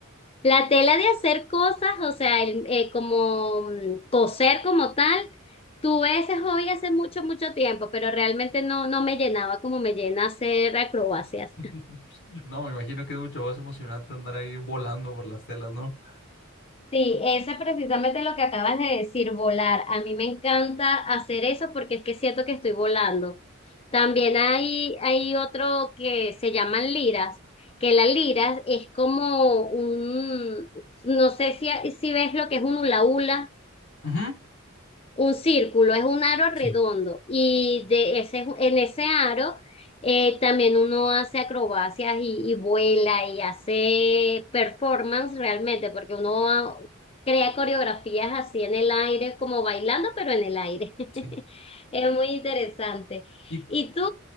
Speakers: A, on the left; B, on the left.
A: La tela de hacer cosas, o sea, el- eh, como mm, coser como tal. Tuve ese hobby hace mucho, mucho tiempo, pero realmente no, no me llenaba como me llena hacer acrobacias.
B: <laughs> No, me imagino que es mucho más emocionante andar ahí volando por las telas, ¿no?
A: Sí, eso es precisamente lo que acabas de decir, volar. A mí me encanta hacer eso porque es que siento que estoy volando. También hay, hay otro que se llaman liras, que la lira es como un, no sé si, si ves lo que es un hula hula.
B: Ujú,
A: Un círculo es un aro redondo
B: Sí,
A: y de ese, en ese aro eh, también uno hace acrobacias y, y vuela y hace performance realmente, porque uno crea coreografías así en el aire, como bailando, pero en el aire. <laughs>
B: sí.
A: Es muy interesante.
B: ¿Y,
A: ¿Y tú?